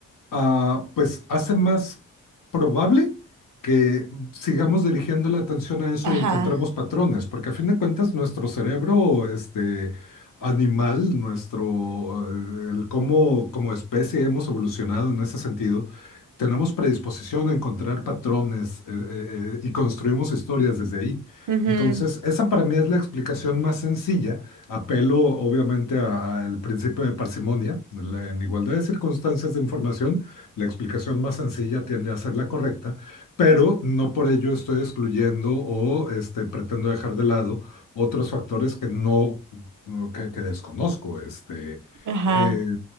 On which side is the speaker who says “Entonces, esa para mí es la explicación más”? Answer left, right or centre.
Left